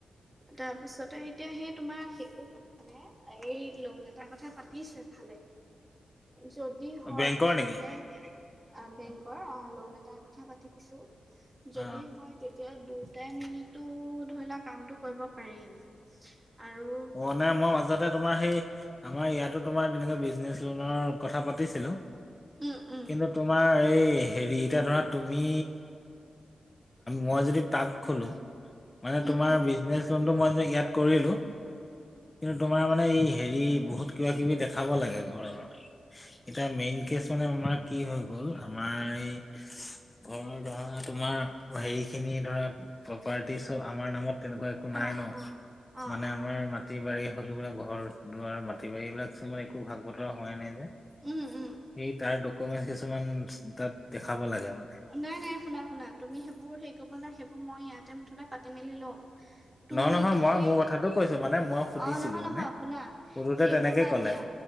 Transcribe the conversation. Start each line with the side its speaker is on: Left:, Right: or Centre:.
Right: তাৰপিছতে এতিয়া সেই তোমাৰ সেইটো কাৰানে এই লোন এটা কথা পাতিছো এফালে যদি হয়
Left: বেংকৰ
Right: দুইতাই
Left: নেকি
Right: বেংকৰ লোন এটা কথা পাতিছো যদি
Left: অ
Right: হয় তেতিয়া দুটাই মিলিতো ধৰি লোৱা কামটো কৰিব পাৰিম আৰু
Left: কৰুনাই মই মাজতে তোমাৰ সেই আমাৰ ইয়াতো তোমাৰ তেনেকে বিজনেছ লোনৰ কথা পাতিছিলো
Right: উম, উম,
Left: কিন্তু তোমাৰ এই হেৰি এতিয়া ধৰা তুমি মই যদি তাত খোলো মানে
Right: উম,
Left: তোমাৰ বিজনেচ লোনটো মই ইয়াত কৰিলো
Right: উ
Left: কিন্তু তোমাৰ মানে এই হেৰি বহুত কিবা কিবি দেখাব লাগে ঘৰৰ এতিয়া মেইন কেচ মানে আমাৰ কি হৈ গ'ল আমাৰ এই ঘৰৰ ধৰা তোমাৰ হেৰি খিনি ধৰা প্ৰপাৰ্টি চব আমাৰ নামত তেনেকুৱা নাই
Right: অ',
Left: ন
Right: অ', অ',
Left: মানে
Right: অ'।
Left: আমাৰ মাটি বাৰী হওক এইবিলাক ঘৰ দুৱাৰ মাটি বাৰী এইবিলাক চব একো ভাগ বতৰা হোৱাই নাই যে
Right: উম উম।
Left: সেই তাৰ ডকুমেন্ট কিছুমান তাত দেখাব লাগে মানে
Right: নাই নাই শুনা শুনা তুমি সেইবোৰ হেৰি কৰিব না সেইবোৰ মই ইয়াতে মুঠতে পাতি মেলি লম তুমি
Left: ন নহয়
Right: খালি
Left: মই মোৰ কথাটো কৈছো মানে মই সুধিছিলো
Right: অ নহয় নহয়
Left: মানে
Right: শুনা
Left: সুধোতে
Right: সেইবোৰ
Left: তেনেকে
Right: বাদ
Left: ক'লে
Right: দিয়া